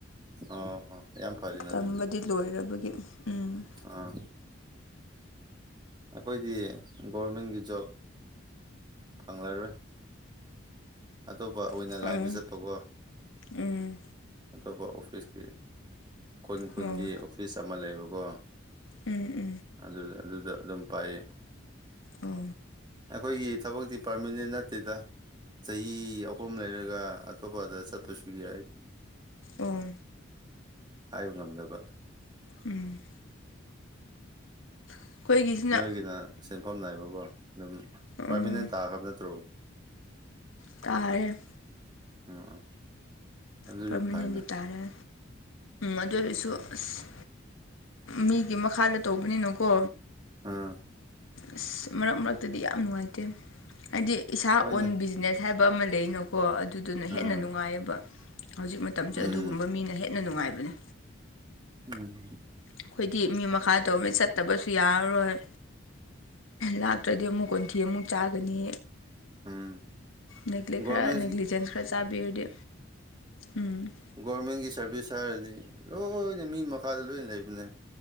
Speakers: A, on the right; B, on the left.
A: ꯑꯣꯥ ꯑꯣꯥ ꯌꯥꯝ ꯐꯔꯦꯅ
B: ꯇꯝꯕꯗꯤ
A: ꯑꯗꯨꯗꯤ
B: ꯂꯣꯏꯔꯕꯒꯤ ꯎꯝ
A: ꯑꯥ ꯑꯩꯈꯣꯏꯗꯤ ꯒꯣꯔꯃꯦꯟꯒꯤ ꯖꯣꯕ ꯐꯪꯂꯪꯂꯔꯣꯏ ꯑꯇꯣꯞꯄ ꯑꯣꯏꯅ
B: ꯎꯝ
A: ꯂꯥꯏꯟꯗ ꯆꯠꯄꯀꯣ
B: ꯎꯝ
A: ꯑꯇꯣꯞꯄ ꯑꯣꯐꯤꯁꯀꯤ ꯈꯨꯟ ꯈꯨꯟꯒꯤ
B: ꯎꯝ ꯑꯣ
A: ꯑꯣꯐꯤꯁ ꯑꯃ ꯂꯩꯕꯀꯣ
B: ꯎꯝ ꯎꯝ
A: ꯑꯗꯨ ꯑꯗꯨꯗ ꯑꯗꯨꯝ ꯄꯥꯏꯌꯦ
B: ꯑꯣ ꯎꯝ
A: ꯑꯩꯈꯣꯏꯒꯤ ꯊꯕꯛꯇꯤ ꯄꯥꯔꯃꯤꯅꯦꯟ ꯅꯠꯇꯦꯗ ꯆꯍꯤ ꯑꯍꯨꯝ ꯂꯩꯔꯒ ꯑꯇꯣꯞꯄꯗ ꯆꯠꯄꯁꯨ ꯌꯥꯏ
B: ꯑꯣ
A: ꯍꯥꯏꯕ ꯉꯝꯗꯕ
B: ꯎꯝ ꯑꯩꯈꯣꯏꯒꯤꯁꯤꯅ
A: ꯅꯣꯏꯒꯤꯅ ꯁꯤꯦꯟꯐꯝ ꯅꯥꯏꯕꯀꯣ ꯑꯗꯨꯝ ꯄꯥꯔꯃꯤꯅꯦꯟ
B: ꯎꯝ
A: ꯇꯥꯈ꯭ꯔꯕ ꯅꯠꯇ꯭ꯔꯣ
B: ꯇꯥꯔꯦ
A: ꯎ ꯑꯗꯨꯗꯤ
B: ꯄꯔꯃꯅꯦꯟꯗꯤ
A: ꯐꯥꯏꯅ
B: ꯇꯥꯔꯦ ꯑꯗꯨ ꯑꯣꯏꯔꯁꯨ ꯑꯁ ꯃꯤꯒꯤ ꯃꯈꯥꯗ ꯇꯧꯕꯅꯤꯅꯀꯣ
A: ꯑꯥ
B: ꯑꯁ ꯃꯔꯛ ꯃꯔꯛꯇꯗꯤ ꯌꯥꯝ ꯅꯨꯡꯉꯥꯏꯇꯦ ꯍꯥꯏꯗꯤ ꯏꯁꯥ ꯑꯣꯟ
A: ꯍꯣꯏꯅꯦ
B: ꯕꯤꯖꯤꯅꯦꯁ ꯍꯥꯏꯕ ꯑꯃ ꯂꯩꯅꯀꯣ ꯑꯗꯨꯗꯨꯅ
A: ꯑꯥ
B: ꯍꯦꯟꯅ ꯅꯨꯡꯉꯥꯏꯌꯦꯕ ꯍꯧꯖꯤꯛ ꯃꯇꯝꯁꯦ
A: ꯎꯝ
B: ꯑꯗꯨꯒꯨꯝꯕ ꯃꯤꯅ ꯍꯦꯟꯅ ꯅꯨꯡꯉꯥꯏꯕꯅꯦ
A: ꯎꯝ
B: ꯑꯩꯈꯣꯏꯗꯤ ꯃꯤ ꯃꯈꯥ ꯇꯧꯕꯃꯤ ꯆꯠꯇꯕꯁꯨ ꯌꯥꯔꯔꯣꯏ ꯂꯥꯛꯇ꯭ꯔꯗꯤ ꯑꯃꯨꯛ ꯀꯣꯟꯊꯤ ꯑꯃꯨꯛ ꯆꯥꯒꯅꯤ
A: ꯎꯝ
B: ꯅꯦꯛ꯭ꯂꯦꯛ
A: ꯒꯣꯔꯃꯦꯟꯒꯤ
B: ꯈꯔ ꯅꯦꯒ꯭ꯂꯤꯖꯦꯟꯁ ꯈꯔ ꯆꯥꯕꯤꯔꯗꯤ ꯎꯝ
A: ꯒꯣꯔꯃꯦꯟꯒꯤ ꯁꯥꯔꯚꯤꯁ ꯍꯥꯏꯔꯗꯤ ꯂꯣꯏꯅ ꯃꯤ ꯃꯈꯥꯗ ꯂꯣꯏꯅ ꯂꯩꯕꯅꯦ